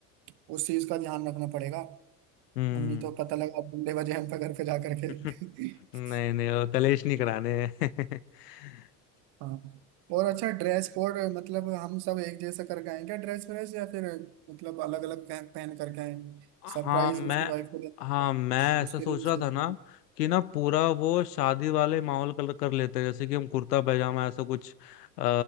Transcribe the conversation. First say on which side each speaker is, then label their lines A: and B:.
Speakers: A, on the right; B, on the left.
A: उस चीज का ध्यान रखना पड़ेगा
B: हम्म
A: नहीं तो पता लगा बंदे बजे हम पे घर पे जा करके
B: <laughs>
A: <laughs>
B: नहीं नहीं वो कलेश नहीं कराने हैं। <laughs>
A: हाँ और अच्छा ड्रेस कोड मतलब हम सब एक जैसा करके आएंगे ड्रेस व्रेस या फिर मतलब अलग अलग पहन पहन करके आएंगे
B: हाँ
A: सरप्राइज
B: मैं
A: उसकी वाइफ को दे
B: हाँ मैं ऐसा
A: उसके
B: सोच
A: लिए भी सोच
B: रहा था ना
A: रहे हैं।
B: कि ना पूरा वो शादी वाले माहौल कलर कर लेते हैं जैसे कि हम कुर्ता पैजामा ऐसा कुछ अ,